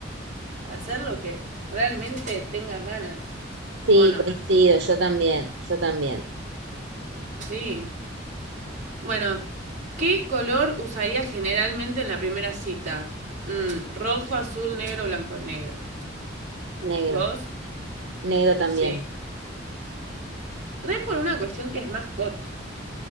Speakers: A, on the right; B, on the right.
A: hacer lo que realmente tengas ganas.
B: Sí,
A: ¿O no?
B: coincido, yo también, yo también.
A: Sí. Bueno, ¿qué color usarías generalmente en la primera cita? Mm, rojo, azul, negro, blanco, negro.
B: Negro,
A: ¿Vos?
B: negro también.
A: Sí. Re por una cuestión que es más hot.